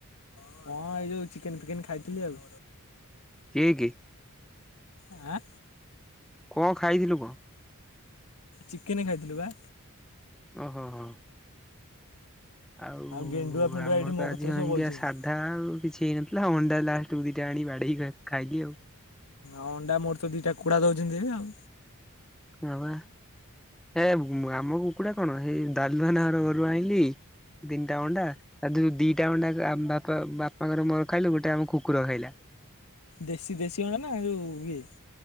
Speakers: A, on the left; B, in the centre.
A: ହଁ ଏଇ ଯୋଉ ଚିକେନ ଫିକେନ ଖାଇଥିଲି ଆଉ।
B: କିଏ କି?
A: ଆଁ?
B: କଣ ଖାଇଥିଲୁ କଅ?
A: ଚିକେନ ଖାଇଥିଲୁ ବା।
B: ଓ ହୋ ହଁ। ଆଉ
A: ଗେଣ୍ଡୁଆ ଫେଣ୍ଡୁଆ
B: ଆମର
A: ଏଇଠି
B: ତ
A: ମୋ କତିରେ
B: ଆଜି ହାଙ୍ଗିଆ
A: ସବୁ ବଇଛନ୍ତି।
B: ସା ଧା ଆଉ କିଛି ହେଇନଥିଲା ଅଣ୍ଡା ଲାଷ୍ଟକୁୁ ଦିଟା ଆଣି ବାଡେଇକି ଖାଇଲି ଆଉ।
A: ଆଉ ଅଣ୍ଡା ମୋର ତ ଦିଟା କୁକୁଡା ଦଉଛନ୍ତି ଆଉ।
B: ହ ବା ଏ ଆମ କୁକୁଡା କଣ ହେଇ ଡାଲମା ନା ଅରୁଆ ଘରୁ ଆଣିଲି। ତିନିଟା ଅଣ୍ଡା ତାଥରୁ ଦିଟା ଅଣ୍ଡା ବାପା ବାପାଙ୍କର ମୋର ଖାଇଲୁ ଗୋଟେ ଆମ କୁକୁର ଖାଇଲା।
A: ଦେଶୀ ଦେଶୀ ଅଣ୍ଡା ନା ଯୋଉ ଇଏ?